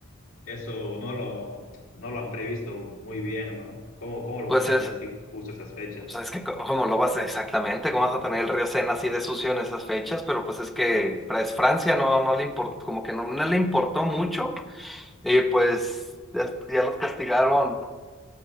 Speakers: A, on the left; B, in the centre.
A: Eso no lo, no lo han previsto muy bien, ¿no? ¿Cómo, cómo lo
B: Pues
A: van a tener
B: es,
A: así justo esas fechas?
B: O sea, es que co- cómo lo vas a- exactamente, cómo vas a tener el río Sena así de sucio en esas fechas, pero pues
A: Este,
B: es que Fra- es Francia no, no le importó, como que no, no le importó mucho, y pues ya, ya los castigaron,